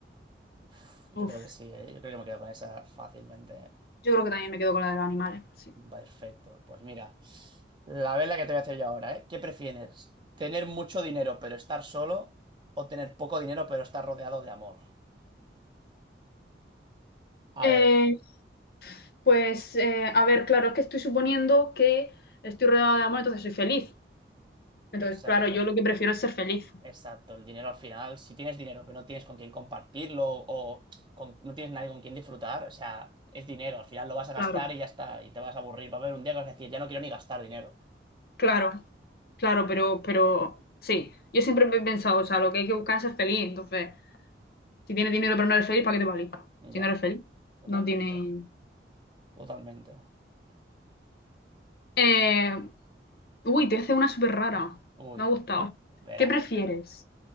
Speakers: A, on the right (about 25°); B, on the left (about 55°).
A: Uf, yo
B: Uf,
A: creo que sí, ¿eh? Yo creo que me quedo con esa fácilmente.
B: yo creo que también me quedo con la de los animales, sí.
A: Perfecto. Pues mira, la vela que te voy a hacer yo ahora, ¿eh? ¿Qué prefieres? ¿Tener mucho dinero pero estar solo o tener poco dinero pero estar rodeado de amor? A
B: Eh,
A: ver,
B: pues, eh, a ver, claro, es que estoy suponiendo que estoy rodeada de amor, entonces soy feliz. Entonces,
A: exacto.
B: claro, yo lo que prefiero es ser feliz.
A: Exacto, el dinero al final, si tienes dinero pero no tienes con quién compartirlo o con- no tienes nadie con quien disfrutar, o sea, es dinero, al final lo vas a gastar
B: Claro,
A: y ya está, y te vas a aburrir. Va a haber un día que vas a decir, ya no quiero ni gastar dinero.
B: claro, claro, pero, pero sí, yo siempre he pensado, o sea, lo que hay que buscar es ser feliz. Entonces, si tienes dinero pero no eres feliz, ¿para qué te vale? Si
A: Ya,
B: no eres feliz,
A: totalmente,
B: no tiene...
A: totalmente.
B: Eh, Uy, te hice una súper rara.
A: Uy,
B: Me ha gustado.
A: verás.
B: ¿Qué prefieres?